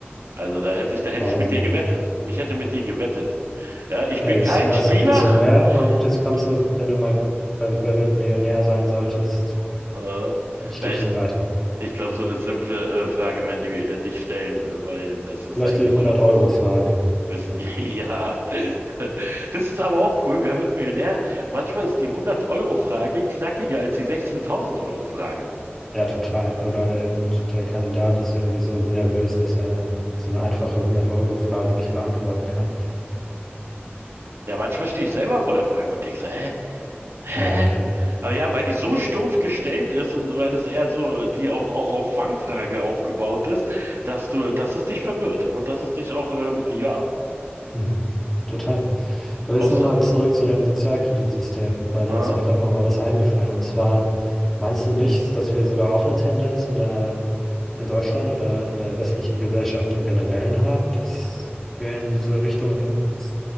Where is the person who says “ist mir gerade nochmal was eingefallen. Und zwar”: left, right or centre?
Centre